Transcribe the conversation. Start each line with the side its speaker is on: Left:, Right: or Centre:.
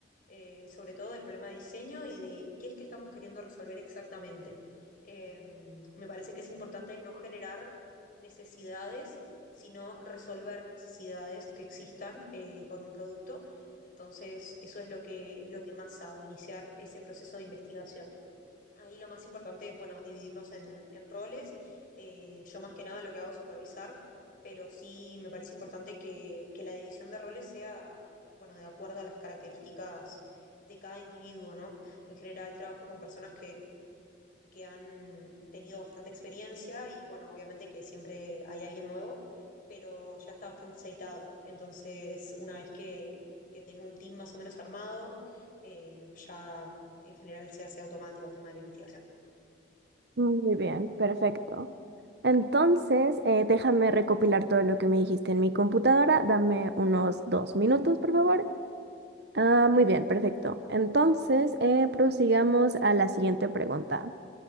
Left: eh, sobre todo del problema de diseño y de qué es que estamos queriendo resolver exactamente. Eh, me parece que es importante no generar necesidades, sino resolver necesidades que existan eh, con un producto. Entonces, eso es lo que, lo que más hago, iniciar ese proceso de investigación. Ahí lo más importante es, bueno, dividirnos en, en roles. Eh, yo más que nada lo que hago es supervisar, pero sí me parece importante que, que la división de roles sea, bueno, de acuerdo a las características de cada individuo, ¿no? En general trabajo con personas que han tenido bastante experiencia y bueno, obviamente que siempre hay alguien nuevo, pero ya está bastante aceitado. Entonces, una vez que, que tengo un team más o menos armado, eh, ya en general se hace automático el tema de la investigación.
Right: Muy bien, perfecto. Entonces, eh, déjame recopilar todo lo que me dijiste en mi computadora. Dame unos dos minutos, por favor, Ah, muy bien, perfecto. Entonces, eh, prosigamos a la siguiente pregunta.